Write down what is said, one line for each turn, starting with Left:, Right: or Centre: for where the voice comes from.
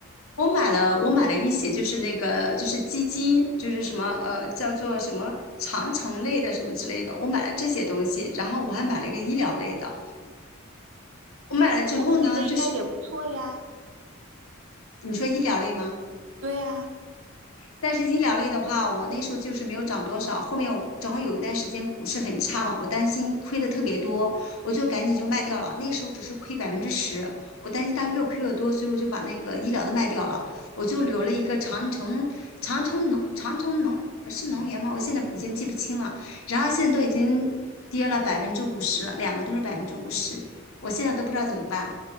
Left: 我买了我买了一些，就是那个就是基金，就是什么呃叫做什么长城类的什么之类的，我买了这些东西，然后我还买了一个医疗类的。我买了之后呢，
Right: 我觉的应该也不错呀。
Left: 就是你说医疗类吗？
Right: 对呀。
Left: 但是医疗类的话，我那时候就是没有涨多少。后面我正好有一段时间股市很差嘛，我担心亏的特别多，我就赶紧就卖掉了。那时候只是亏百分之十，我担心它越亏越多，所以我就把那个医疗的卖掉了。我就留了一个长城，长城能，长城能是能源吗？我现在已经记不清了。然后现在都已经跌了百分之五十了，两个都是百分之五十，我现在都不知道怎么办了。